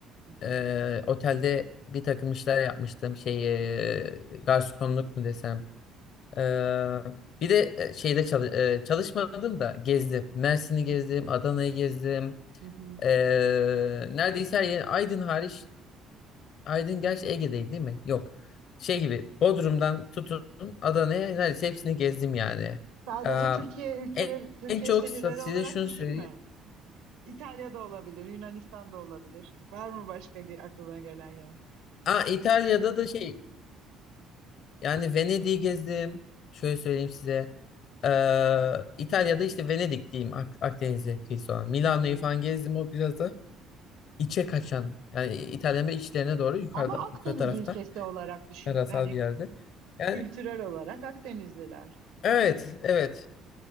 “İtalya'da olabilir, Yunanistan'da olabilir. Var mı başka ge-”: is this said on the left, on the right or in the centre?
Right